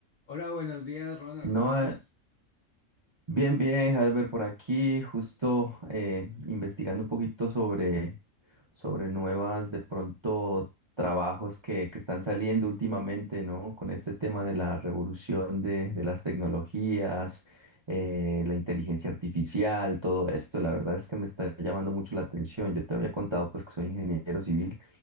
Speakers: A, on the left (about 75°); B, on the right (about 45°).
A: Hola, buenos días, Ronald,
B: No,
A: ¿cómo estás?
B: eh, bien, bien, Albert, por aquí, justo eh, investigando un poquito sobre, sobre nuevas, de pronto, trabajos que, que están saliendo últimamente, ¿no? Con este tema de la revolución de, de las tecnologías, eh, la inteligencia artificial, todo esto, la verdad es que me está llamando mucho la atención. Yo te había contado, pues, que soy ingeniero civil